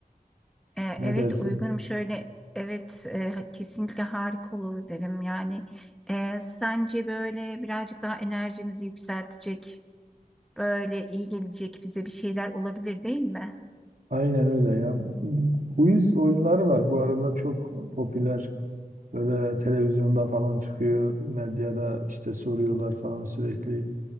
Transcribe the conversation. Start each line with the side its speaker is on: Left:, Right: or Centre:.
Centre: Ee,
Right: Ne
Centre: evet
Right: dersin?
Centre: uygunum şöyle evet e, kesinlikle harika olur derim yani. Ee, sence böyle birazcık daha enerjimizi yükseltecek, böyle iyi gelecek bize bir şeyler olabilir değil mi?
Right: Aynen öyle ya. Bu Quiz oyunları var bu arada çok popüler. Böyle televizyonda falan çıkıyor, medyada işte soruyorlar falan sürekli.